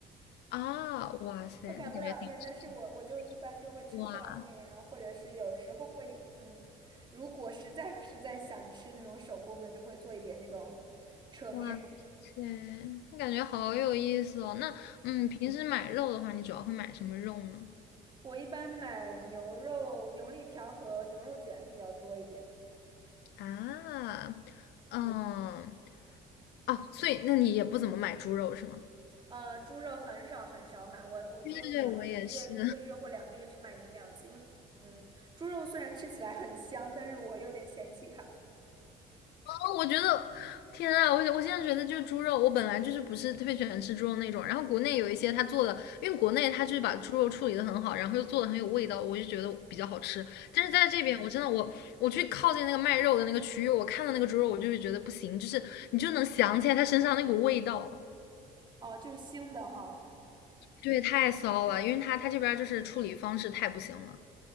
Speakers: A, on the left (about 80°); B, on the right (about 25°).
A: 啊，哇塞，
B: 我擀不了面，
A: 那感觉挺吃力的
B: 但是我我就一般就会吃挂面呀，
A: 哇
B: 或者是有时候会，嗯，如果实在实在想吃那种手工的，就会做一点那种扯面。
A: 哇塞，那感觉好有意思哦。那嗯，平时买肉的话，你主要会买什么肉呢？
B: 我一般买牛肉、牛肋条和牛肉卷比较多一点，
A: 啊，嗯，哦，所以那你也不怎么买猪肉是吗？
B: 呃，猪肉很少很少买，我我就可能一月一个月或两个月只买一两次，
A: 对对对，我也是。
B: 因为嗯，猪肉虽然吃起来很香，但是我有点嫌弃它。
A: 哦，我觉得，天啊，我我现在觉得就是猪肉，我本来就是不是特别喜欢吃猪肉那种，然后国内有一些他做的，因为国内他就是把猪肉处理的很好，然后又做的很有味道，我就觉得比较好吃。但是在这边，
B: 嗯，
A: 我真的我我去靠近那个卖肉的那个区域，我看到那个猪肉，我就会觉得不行，就是你就能想起来它身上那股味道，
B: 哦，就是腥的哈。
A: 对，太骚了，因为他他这边就是处理方式太不行了。